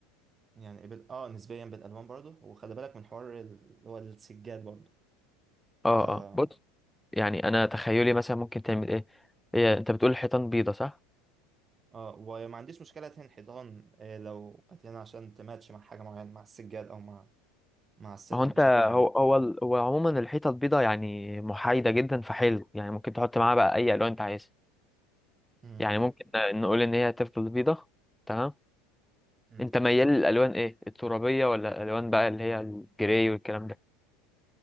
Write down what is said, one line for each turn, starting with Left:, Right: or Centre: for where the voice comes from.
Right: يعني بال... اه نسبيا بالالوان برضه وخلي بالك من حوار ال- اللي هو السجاد برضه
Centre: اه
Right: اه
Centre: اه بص يعني انا تخيلي مثلا ممكن تعمل ايه هي انت بتقول الحيطان بيضة صح
Right: اه وما عنديش مشكله ادهن حيطان آه لو ادهنها عشان تماتش مع حاجه معينه مع السجاد او مع مع السيت
Centre: ما هو
Right: اب
Centre: انت
Right: بشكل عام
Centre: هو
Right: يعني
Centre: هو ال- هو عموما الحيطة البيضة يعني محايدة جدا فحلو يعني ممكن تحط معاها بقى اي الوان انت عايزها
Right: م- م-
Centre: يعني ممكن نقول ان هي تفضل بيضة تمام
Right: م.
Centre: انت ميال للالوان ايه الترابية ولا الالوان بقى اللي هي الجراي والكلام ده